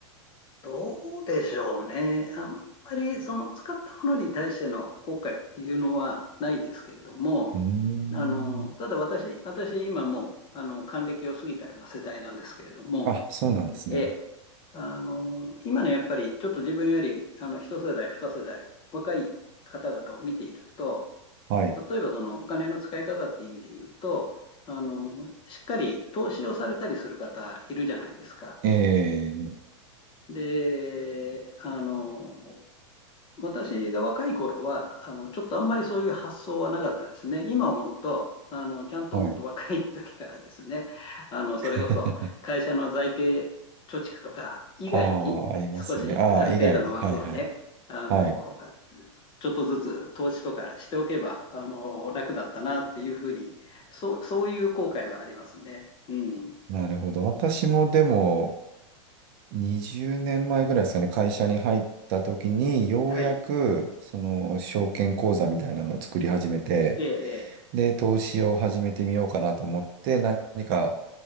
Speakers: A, on the left; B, on the right.
A: どうでしょうね。あんまり、その、使ったものに対しての後悔っていうのはないですけれども、
B: うーん。
A: あの、ただ私、私、今もう、あの、還暦を過ぎたような世代なんですけれども、
B: あ、そうなんですね。
A: ええ、あの、今のやっぱりちょっと自分よりあの一世代、二世代若い方々を見ていると、
B: はい。
A: 例えばそのお金の使い方って意味で言うと、あの、しっかり投資をされたりする方いるじゃないですか。
B: ええ、
A: で、あの、私が若い頃は、あの、ちょっとあんまりそういう発想はなかったですね。今思うと、あの、ちゃんともっと若い時からですね、
B: はい。
A: あの、それこそ会社の財形貯蓄とか以外に少しある程度の枠をね、
B: <laughs> ああ、ありますよね。ああ、以外に。はいはい。
A: あの、
B: はい。
A: ちょっとずつ投資とかしておけば、あの、楽だったなっていうふうに、そう、そういう後悔はありますね。うん。
B: なるほど。私もでも、20年前ぐらいですかね、会社に入った時に、ようやく、
A: はい。
B: その、証券口座みたいなのを作り始めて、
A: ええ、
B: で、投資を始めてみようかなと思って、何か